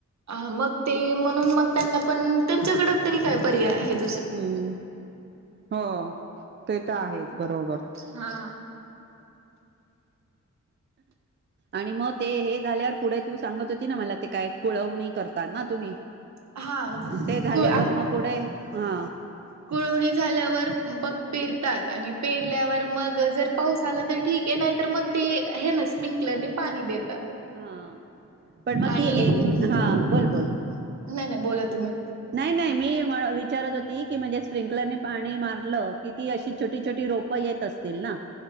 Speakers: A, on the right; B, on the right.
A: हा मग ते म्हणून मग त्यांना पण त्यांच्याकड तरी काय पर्याय आहेत.
B: हम् हो ते तर आहेच बरोबर.
A: हा.
B: आणि मग ते हे झाल्यावर पुढे तू सांगत हो त ना मला ते काय कुळवणी करतात ना तुम्ही
A: हा म्हणजे
B: ते झाल्यावर मग पुढे हा
A: कुळोणी झाल्यावर पग पेरतात आणि पेरल्यावर मग जर पाऊस आला तर ठीक आहे नाही तर मग ते हे ना स्प्रिंकलर पाणी देतात
B: हा पण मग
A: आणि
B: ती एक
A: नाही
B: हा बोल बोल
A: नाही बोलत
B: नाही नाही मी विचारत होती की म्हणजे स्प्रिंकलर पाणी मारलं कि ती अशी छोटी छोटी रोपं येत असतील ना